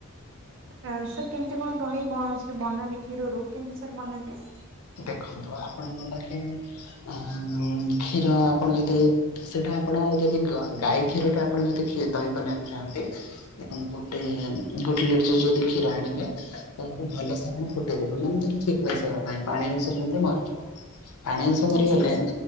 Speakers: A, on the right; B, on the left.
A: ହଁ ସେ କେମିତି କଣ ଦହି ବନାନ୍ତି କ୍ଷୀରରୁ କେମିତି ସାର୍ ବନାନ୍ତି?
B: ଦେଖନ୍ତୁ ଆପଣ ବାକେ ଅ କ୍ଷୀର ଆପଣ ଯଦି ସେଇଟା ଆପଣ ଯଦି ଗାଈ କ୍ଷୀର ଟା ଆପଣ ଯଦି କ୍ଷ ଦହି ବନବାକୁ ଚାହାନ୍ତି ଦେଖ ଗୋଟେ ଗୋଟେ ଲିଟର ଯଦି କ୍ଷୀର ଆଣିବେ ତମକୁ ଭଲସେ ମାନେ ଫୁଟେଇଦବ ମାନେ ତମେ ଠିକ୍ ନବା ପାଇଁ। ପାଣି ଅଂଶ ଯେମିତି ମରିଯିବ। ପାଣି ଅଂଶ ମରିଗଲେ
A: ଆଚ୍ଛା ଆଚ୍ଛା